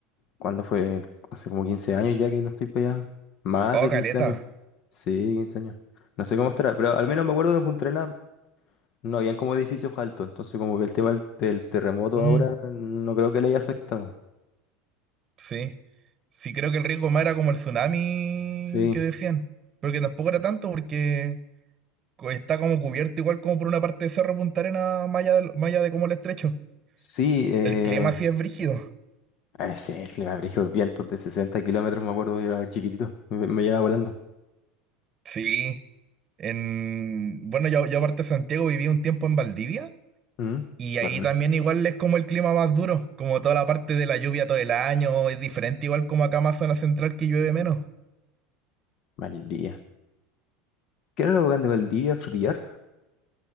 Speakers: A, on the left; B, on the right.
A: ¿Cuándo fue? Hace como 15 años ya que no estoy para allá. Más
B: Oh,
A: de
B: caleta.
A: 15 años. Sí, 15 años. No sé cómo estará, pero al menos me acuerdo que en Punta Arenas no habían como edificios altos, entonces como que el tema del, del terremoto
B: Mm,
A: ahora no creo que le haya afectado.
B: sí. Sí, creo que el riesgo más era como el tsunami
A: Sí,
B: que decían, pero que tampoco era tanto porque co- está como cubierto igual como por una parte de Cerro Punta Arena, más allá de, más allá de como el estrecho.
A: sí, eh,
B: El clima sí es brígido.
A: ah, sí, el clima brígido, vientos de 60 kilómetros, me acuerdo, yo era chiquitito, me, me llevaba volando.
B: Sí. En, bueno, yo, yo aparte de Santiago viví un tiempo en Valdivia
A: ¿Mm?
B: y ahí
A: Bacán.
B: también igual es como el clima más duro, como toda la parte de la lluvia todo el año, es diferente igual como acá más zona central que llueve menos.
A: Valdivia. ¿Qué era lo grande de Valdivia? ¿Frutillar?